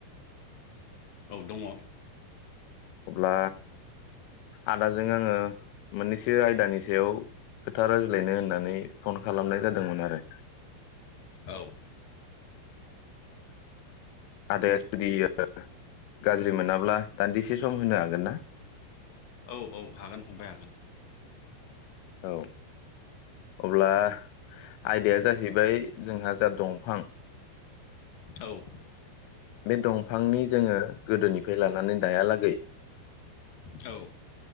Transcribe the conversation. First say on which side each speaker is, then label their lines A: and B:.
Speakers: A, on the left; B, on the left.
A: औ दङ
B: अब्ला आदाजों आङो मोननैसो आयदानि सायाव खोथा रायज्लायनो होननानै फन खालामनाय जादोंमोन आरो।
A: औ
B: आदाया जुदि ओ गाज्रि मोनाब्ला दान्दिसे सम होनो हागोन ना।
A: औ औ हागोन फंबाय हागोन
B: औ अब्ला आयदाया जाहैबाय जोंहा जा दंफां
A: औ
B: बे दंफांनि जोंङो गोदोनिफ्राय लानानै दायालागै
A: औ